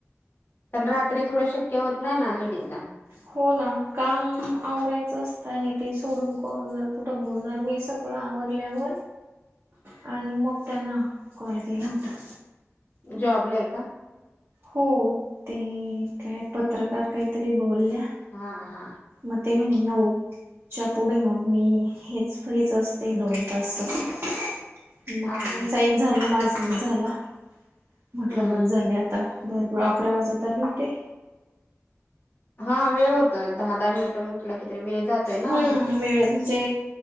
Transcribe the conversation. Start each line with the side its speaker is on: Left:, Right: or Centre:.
Left: लेडीज ला कारण रात्री तेवढं शक्य होत नाही.
Right: हो ना काम आवरायचं असतं आणि ते सोडून कॉलवर कुठं बोलणार मी सगळं आवरून झाल्याच्या नंतर मी त्यांना फोन केला होता.
Left: जॉबला आहे का?
Right: हो ते काय पत्रकार काहीतरी बोलल्या.
Left: हा हा
Right: मत मणे न च्या पुढे मग मी हेच फ्रीच असते दोन तासच मग
Left: हा
Right: त्यांचा
Left: हा
Right: एक झाला माझा एक झाला म्हटलंबच
Left: हम्म
Right: झाल्यात आता भरपूर अकरा वाजत आले उतेे
Left: हा वेळ होत दहा दहा मिनिटं म्हटलं की तरी वेळ जातोय
Right: हम्म
Left: ना
Right: वेळ म्हणजे